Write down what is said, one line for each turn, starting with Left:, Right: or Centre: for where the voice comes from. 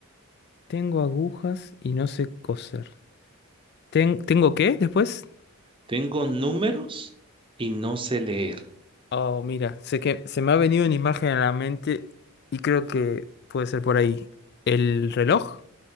Left: tengo agujas y no sé coser. Ten- ¿tengo qué después?
Right: Tengo números y no sé leer.
Left: Oh, mira, sé que se me ha venido una imagen a la mente y creo que puede ser por ahí. ¿El reloj?